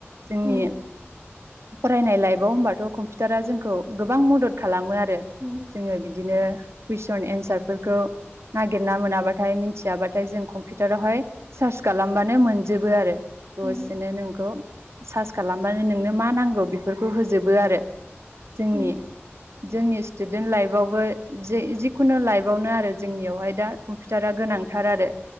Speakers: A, on the right; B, on the right.
A: जोंनि
B: उम
A: फरायनाय लाइफआव होनबाथ' कम्पिउटारा जोंखौ गोबां मदद खालामो आरो
B: औ
A: जोङो बिदिनो कुइसन एन्सारफोरखौ नागिरना मोनाबाथाय मिन्थियाबाथाय जों कम्पिउट टारावहाय सार्च खालामबानो मोनजोबो आरो
B: उम
A: दसेनो नोंखौ सार्च खालामबानो नोंनो मा नांगौ बेफोरखौ होजोबो आरो जोंनि
B: उम
A: जोंनि स्टुडेन्ट लाइफआवबो जे जिखुनु लाइफआवनो आरो जोंनियावहाय दा कम्पिउटारा गोनांथार आरो